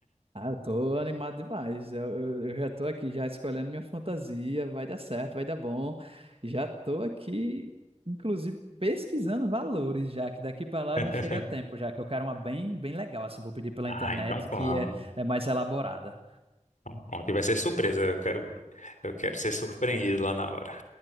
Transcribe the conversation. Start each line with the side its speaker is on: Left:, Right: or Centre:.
Right: Ah, eu tô animado demais. Eu, eu, eu já tô aqui já escolhendo minha fantasia. Vai dar certo, vai dar bom. Já tô aqui, inclusive, pesquisando valores já, que daqui para lá
Left: <laughs>
Right: já chega a tempo, já que eu quero uma bem, bem legal, assim, vou pedir pela
Left: Ah,
Right: internet
Left: então vamos.
Right: que é, é mais elaborada.
Left: Então, pronto. E vai ser surpresa. Eu quero, eu quero ser surpreendido lá na hora.